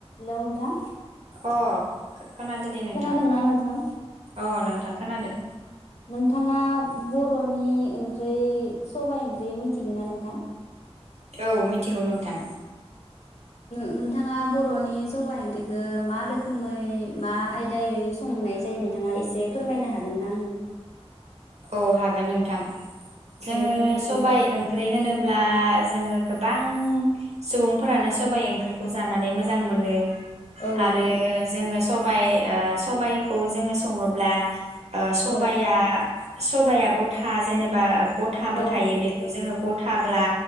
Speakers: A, on the left; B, on the right.
A: थौ नोंथां
B: अ खोनादो दे नोंथां
A: खोनादोंना नोंथां
B: अ नोंथां खोनादो।
A: नोंथाङा बर'नि ओंख्रै सबायाइ ओंख्रि मिथिगोन ना नोंथां
B: औ मिथिगौनो नोंथां
A: नोंथाङा बर'नि सबाय ओंख्रिखौ मा रोखोमै मा आयदायै संनाय जायो नोंथाङा एसे फोरमायनो हागोन ना आंनो
B: औ हागोन नोंथां जोङो
A: दे बुंनायसै
B: सबाय
A: नोंथां
B: ओंख्रि होनोब्ला जोङो गोबां सुबुंफोरानो सबाइ ओंख्रिखौ जानानै मोजां मोनो।
A: औ
B: आरो
A: नोंथां
B: जोङो सबाय सबाइखौ जोङो सङोब्ला ओ सबाइआ
A: औ
B: सबाइया गथा जेनेबा गथाबो
A: औ
B: थायो बेखौ जों जोङो गथाब्ला